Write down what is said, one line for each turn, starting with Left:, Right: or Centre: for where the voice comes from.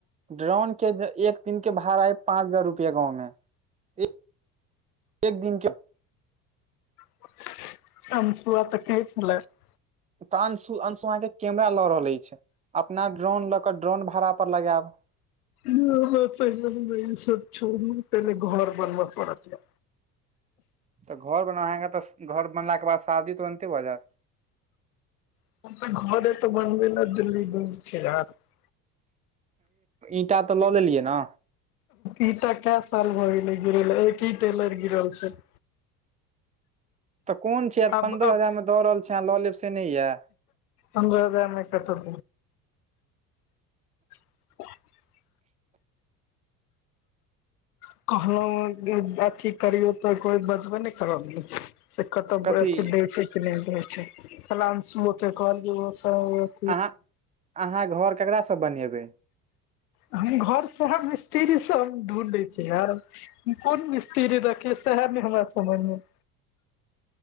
Right: ड्रोन एक दिन के बाहर आए पाँच हजार रुपआ गाँव में एक एक दिन क्य
Left: <unintelligible>
Right: तऽ अंश अंशुम के कैमरा लऽ रहल छै अपना ड्रोन लऽ के ड्रोन भाड़ा पर लगायब
Left: मे त सब छोड़ पने घर बनब पड़त
Right: तऽ घर बन अहाँके तऽ घर बनलाके बाद शादी तुरन्ते भऽ जायत
Left: <unintelligible>
Right: ईंटा तऽ लऽ लेलियै ने
Left: ईटा क साल मे होै गिरे ले एक ही टेलर गिरल छै
Right: तऽ कोन छीर
Left: आब
Right: पंन्द्रह
Left: अब
Right: हजारं दऽ रहल छी अहाँ लऽ लेब से नहि यए
Left: तन्द्रहोदयमे कतै <unintelligible> <unintelligible> <unintelligible>
Right: कथी अहाँ अहाँ घर ककरासँ बनेबै
Left: हम घर से मिस्त्री से हम ढूढै छियै आर कोन मिस्त्री राखि स हे ने हमरा समयमे